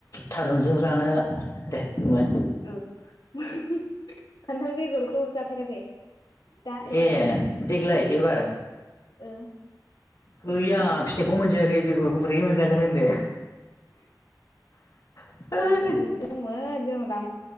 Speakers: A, on the left (about 50°); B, on the left (about 80°).
A: थारुनजों जानो दे बुंलाय
B: औ <unintelligible> खान्थाल बेगरखौ जाफेराखै दा एबाराव
A: ए देग्लाय एबार
B: ओ
A: गैया फिथाइखौ मोनजायाखै बेगरखौ बोरै मोनजागोन होनदो
B: <unintelligible>
A: होनदो
B: जाहैबाय जोंङो